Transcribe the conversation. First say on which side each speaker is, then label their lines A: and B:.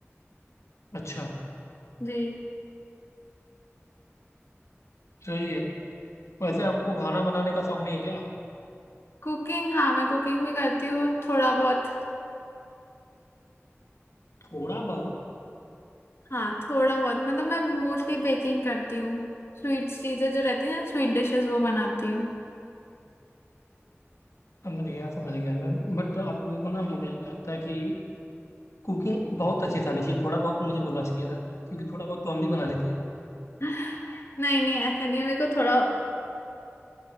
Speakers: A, on the left; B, on the left.
A: अच्छा
B: जी
A: सही है वैसे आपको खाना बनाने का शौक नहीं है क्या
B: कुकिंग हाँ मैं कुकिंग भी करती हूँ थोड़ा बहुत
A: थोड़ा बहुत
B: हाँ थोड़ा बहुत मतलब मैं मोस्टली बेकिंग करती हूँ स्वीट चीजें जो रहती है ना स्वीट डिशेस वो बनाती हूँ
A: समझ गया समझ गया मैं बट आप लोगों को ना मुझे लगता है कि कुकिंग बहुत अच्छी से आनी चाहिए थोड़ा बहुत मुझे बोलना चाहिए था क्योंकि थोड़ा बहुत तो हम भी बना लेते हैं
B: <laughs> नहीं नहीं ऐसा नहीं है मेरे को थोड़ा